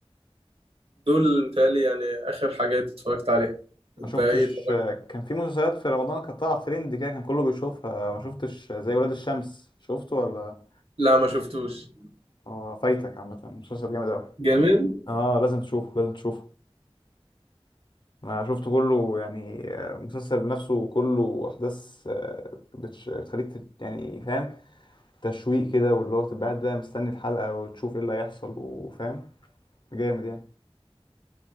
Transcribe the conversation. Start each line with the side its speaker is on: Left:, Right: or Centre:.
Right: دول متهيألي يعني آخر حاجات اتفرجت عليها انت
Left: ما شفتش
Right: ايه اتفرجت؟
Left: آه، كان في مسلسلات في رمضان كانت طالعة ترند كده كان كله بيشوفها ما شفتش آه، زي ولاد الشمس شفته ولا
Right: لا ما شفتوش
Left: اه فايتك عامة مسلسل جامد اوي
Right: جامد
Left: اه لازم تشوفه لازم تشوفه انا شفته كله يعني آه، المسلسل نفسه كله احداث آه، بتش- بتخليك تت- يعني فاهم تشويق كده واللي هو تبقى قاعد بقى مستني الحلقة وتشوف ايه اللي هيحصل وفاهم جامد يعني